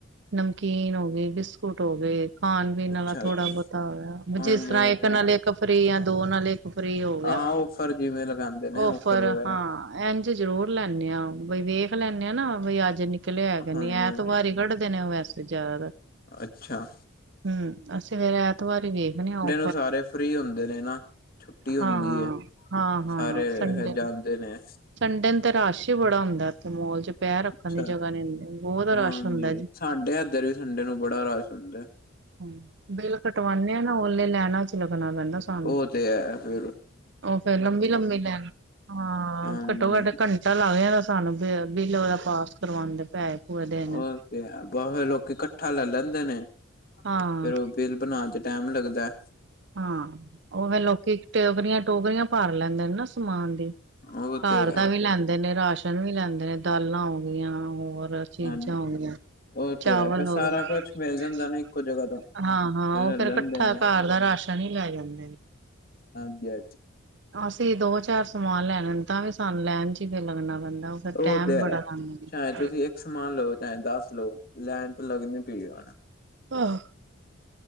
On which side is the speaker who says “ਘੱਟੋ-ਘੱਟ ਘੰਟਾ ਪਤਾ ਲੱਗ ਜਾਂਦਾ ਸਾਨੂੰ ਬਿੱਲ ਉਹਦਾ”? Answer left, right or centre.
Right